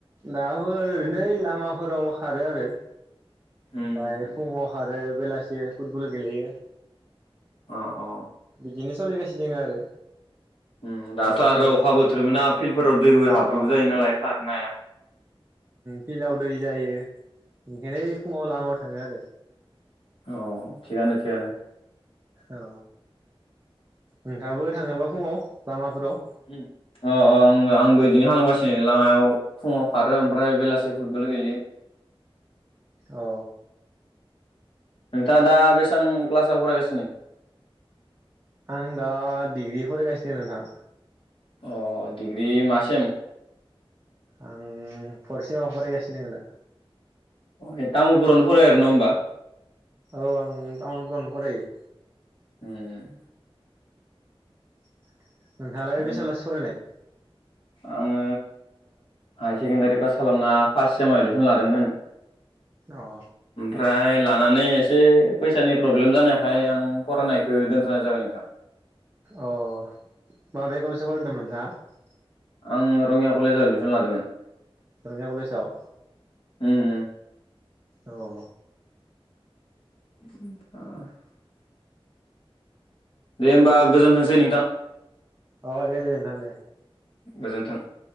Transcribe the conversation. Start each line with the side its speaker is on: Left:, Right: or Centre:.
Right: दाफोरओरैनै लामाफोराव खारो आरो।
Left: उम
Right: ओमफ्राय फुङाव खारो। बेलासि फुटबल गेलेयो।
Left: अ अ।
Right: बिदिनो सोलिगासिनो दं आरो।
Left: उम दाथ'
Right: दासान्दि
Left: आरो अखा बोथोरबो ना फिल्डफोराव दैबो हाब्रबो
Right: अ
Left: जायो नालाय खारनाय हाया।
Right: फिल्डाव दै जायो। बेनिखायनो फुङाव लामायाव थाङो आरो।
Left: अ थिगानो थिगानो।
Right: औ। नोंथाङाबो थाङोबा फुङाव लामाफोराव।
Left: अ आं आंबो बिदिनो खालामगासिनो लामायाव फुङाव खारो ओमफ्राय बेलासि फुटबल गेलेयो।
Right: औ।
Left: नोंथा दा बे बेसेबां क्लासाव फरायगासिनो।
Right: आं दा डिग्रि फरायगासिनो नोंथां।
Left: अ डिग्रि मासेम।
Right: आं फरसेमाव फरायगासिनो दङ दा।
Left: ए तामुलपुरावनो फरायै आरना होमबा।
Right: औ आं टामुलफुरावनो फरायो।
Left: उम उम।
Right: <inaudible> नोंथाङालाय
Left: थिगानो
Right: बेसेयाव लासे फरायनाय?
Left: आङो हाय सेकेणडारि पास खालामना फास सेमाव एदमिसन लादोंमोन
Right: ओ
Left: ओमफ्राय लानानै एसे फैसानि प्रब्लेम जानायखाय आं फरायनाय ओ दोनथ'नाय जाबाय नोंथां
Right: अ माबे कलेजाव फरायदोंमोन नोंथाङा?
Left: आं रङिया कलेजाव एडमिसन लादोंमोन
Right: रङिया कलेजाव?
Left: उम उम
Right: औ
Left: <unintelligible> दे होमबा गोजोनथोंसै नोंथां
Right: अ दे दे नोंथां दे
Left: गोजोनथों